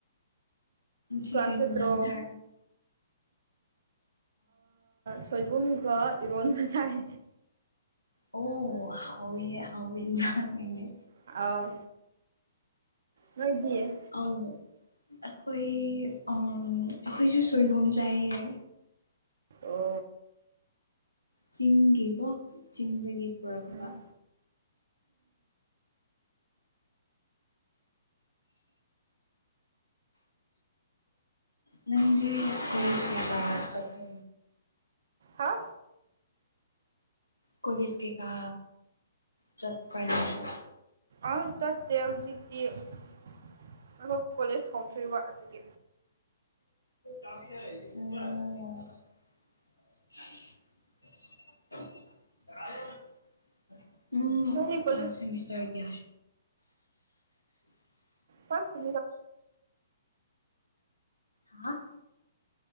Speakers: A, on the left; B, on the right.
A: ꯁꯤ
B: ꯀ꯭ꯂꯥꯁ
A: ꯀꯩ
B: ꯆꯠꯇ꯭ꯔꯣ
A: ꯏꯖꯥꯡ ꯆꯥ
B: ꯁꯣꯏꯕꯨꯝꯒ ꯏꯔꯣꯟꯕ ꯁꯥꯏ
A: ꯑꯣ ꯍꯥꯎ ꯍꯥꯎꯕꯖꯅꯦ
B: ꯑꯥꯎ ꯃꯣꯏꯗꯤꯌꯦꯦ
A: ꯑ ꯑꯩꯈꯣꯏ ꯑꯩꯈꯣꯏꯁꯨ ꯁꯣꯏꯕꯨꯝ ꯆꯥꯏꯌꯦ
B: ꯑꯣ
A: ꯆꯤꯡꯒꯤꯀꯣ ꯆꯤꯡꯗꯒꯤ ꯄꯨꯔꯛꯄ
B: ꯎꯝ
A: ꯅꯪꯒꯤ ꯀꯁ ꯆꯄ
B: ꯍꯥ
A: ꯀꯣꯂꯦꯖꯀꯤ ꯀ ꯆꯠ ꯀꯁꯨ
B: ꯑꯗꯨ ꯆꯠꯇꯦ ꯍꯧꯖꯤꯛꯇꯤ ꯑꯩꯈꯣꯏ ꯀꯣꯂꯦꯖ ꯍꯧꯊꯔꯤꯕ ꯑꯗꯨꯒꯤ
A: ꯎꯝ <unintelligible> ꯎꯝ
B: ꯅꯪꯗꯤ ꯀꯣꯂꯦꯖ
A: ꯁꯦꯃꯤꯁꯇꯔ ꯀꯌꯥ
B: ꯐꯗꯣ
A: ꯍꯥ